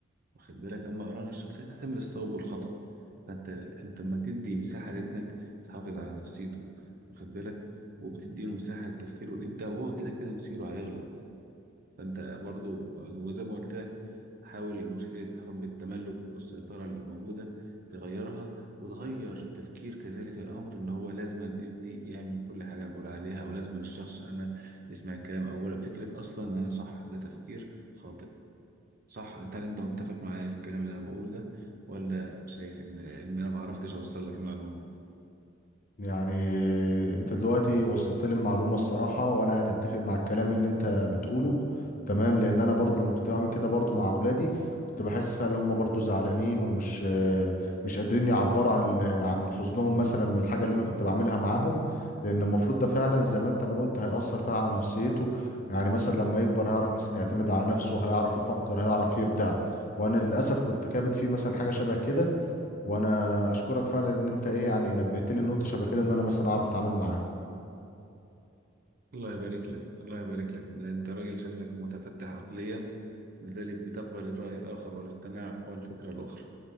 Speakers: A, on the right; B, on the left.
A: واخد بالك أما قراءة الشخصية تحتمل الصواب والخطأ فأنت أنت لما تدي مساحة لابنك تحافظ على نفسيته واخد بالك وبتديله مساحة للتفكير والإبداع وهو كده كده مصيره هيغلط فانت برضو وزي ما قلت لك حاول مشكلة حب التملك والسيطرة اللي موجودة تغيرها وتغير تفكير كذلك الأمر إن هو لازم ابني يعمل كل حاجة أنا بقول عليها أو لازم الشخص أنا يسمع الكلام أولا فكرة أصلا إن أنا صح ده تفكير خاطئ صح هل أنت متفق معايا في الكلام اللي أنا بقوله ده ولا شايف إن إن أنا معرفتش أوصل لك المعلومة؟
B: يعني انت دلوقتي وصلت لي المعلومه الصراحه وانا يعني اتفق مع الكلام اللي انت بتقوله تمام لان انا برضو لما كنت بعمل كده برضو مع اولادي كنت بحس فعلا ان هم برضو زعلانين ومش آه، مش قادرين يعبروا عن ال- عن حزنهم مثلا من الحاجه اللي انا كنت بعملها معاهم لان المفروض ده فعلا زي ما انت ما قلت هيأثر فعلا على نفسيته يعني مثلا لما يكبر هيعرف مثلا يعتمد على نفسه هيعرف يفكر هيعرف يبدع وانا للاسف كنت كابت فيه مثلا حاجه شبه كده وانا اشكرك فعلا ان انت ايه يعني نبهت لي النقطه شبه كده ان انا مثلا اعرف اتعامل معاه
A: الله يبارك لك الله يبارك لك ده انت راجل شكلك متفتح عقليا لذلك بتقبل الرأي الآخر والاقتناع والفكرة الأخرى